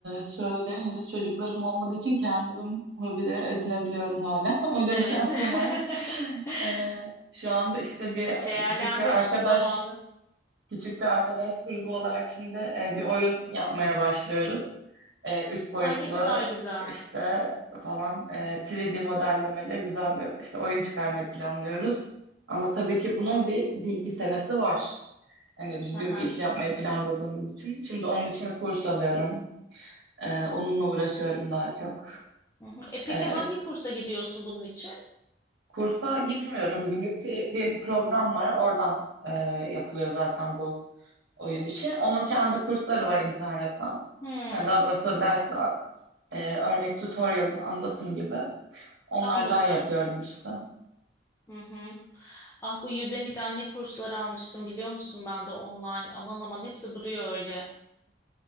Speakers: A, on the right; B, on the left.
A: şöyle henüz çocuklarım olmadığı için kendim hobiler edinebiliyorum hala. <laughs> Öyle
B: Evet.
A: bir şansım var.
B: <laughs>
A: E, şu anda işte bir
B: Değerlendir
A: küçük bir arkadaş
B: bu zamanı.
A: Küçük bir arkadaş grubu olarak şimdi e, bir oyun yapmaya başlıyoruz. E, üç boyutlu
B: Ay ne kadar güzel.
A: işte falan e, 3D modellemeli güzel bir işte oyun çıkarmayı planlıyoruz. Ama tabii ki bunun bir, bir iki senesi var. Hani düzgün
B: Aha.
A: bir iş yapmayı planladığımız için. Şimdi onun için kurs alıyorum. E, onunla uğraşıyorum daha çok.
B: Hı hı. E peki
A: E,
B: hangi kursa gidiyorsun bunun için?
A: kursa gitmiyorum. Unity diye bir program var. Oradan e, yapılıyor zaten bu oyun işi. Onun kendi kursları var internetten.
B: Hmm.
A: Ha, Daha doğrusu dersler, e, örnek tutorial, anlatım gibi. Onlardan
B: Anladım.
A: yapıyorum işte. Hı
B: Hı hı. Ah bu Udemy'de anne kursları almıştım biliyor musun ben de online. Aman aman hepsi duruyor öyle.